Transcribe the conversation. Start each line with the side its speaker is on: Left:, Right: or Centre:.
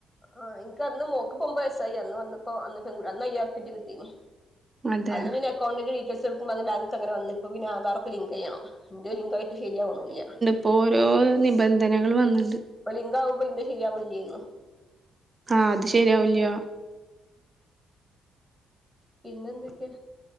Centre: ആഹ് ഇനക്ക് അന്ന് മോക്ക് ഇപ്പൊബത് വയസായി അന്ന് വന്നപ്പോ അന്ന് പെ അന്ന് അയ്യാർപ്പക്കെ കിട്ടീന
Right: അതെ
Centre: അന്ന് പിന്നെക്കൗണ്ടിന്റെ ഡീറ്റെൽസ്ടുക്കോ അത് ബാങ്ക അങ്ങനെ വന്നപ്പോപ്പ പിന്ന ആധാറക്കെ ലിങ്ക് ചെയ്യണം എന്റെയ ലിങ്കായിട്ട് ശരിയാവണില്ല
Right: ഇപ്പോ ഓരോ നിബന്ധനകള് വന്നണ്ട് പോ
Centre: അ ലിംഗാവുമ്പ ഇന്റെ ശരിയാവുന്നില്ലെയ്നു
Right: ആഹ് അത് ശരിയാവില്ല
Centre: പിന്നെന്തൊക്കെ